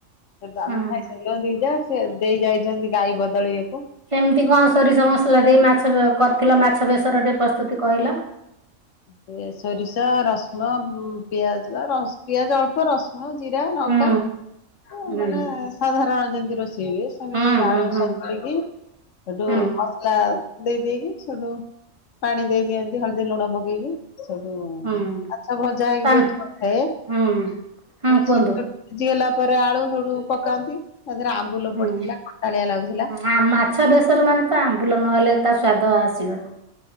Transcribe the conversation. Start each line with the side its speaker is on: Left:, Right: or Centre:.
Left: ସେ
Right: ହୁଁ
Left: ଆମେ ଖାଇସାରିଲୁ ଯା ସେ ଦେଇ ଯାଇଛନ୍ତି ଗାଈ ବଦଳିବାକୁ
Right: କେମିତି କଣ ସୋରିଷ ମସଲା ଦେଇ ମାଛ କରିଥିଲ ମାଛବେସରଟେ ପ୍ରସ୍ତୁତି କହିଲ?
Left: ସେ ସୋରିଷ, ରସୁଣ, ପିଆଜ, ପିଆଜ ଅଳ୍ପ ରସୁଣ ନୋକ
Right: ହୁଁ ହୁଁ
Left: ମାନେ ସାଧାରଣ ଯେମିତି ରୋଷେଇ ହୁଏ ସେମିତି
Right: ହୁଁ
Left: ଆଳୁ
Right: ହୁଁ ହୁଁ
Left: ସିକି ଏଠୁ
Right: ହୁଁ
Left: ମସଲା ଦେଇ ଦେଇକି ସେଠୁ ପାଣି ଦେଇଦିଅ, ଏନ୍ତି ହଳଦୀ ଲୁଣ ପକେଇକି ସେଠୁ
Right: ହୁଁ
Left: ମାଛଭଜା ହେଇକି
Right: ତା
Left: ଯୋଉ କରିଥାଏ।
Right: ହୁଁ ହୁଁ କୁହନ୍ତୁ।
Left: ସେ ଭିଜିଗଲା ପରେ ଆଳୁ ଫଳୁ ପକାନ୍ତି। ତା ଦେହରେ ଆମ୍ବୁଲ
Right: ହୁଁ
Left: ପଡିଥିଲା କଣ୍ଟାଳିଆ ଲାଗୁଥିଲା।
Right: ଆ ମାଛ ବେସର ମାନେ ତ ଆମ୍ବୁଲ ନହେଲେ ତା ସ୍ଵାଦ ଆସିବନି।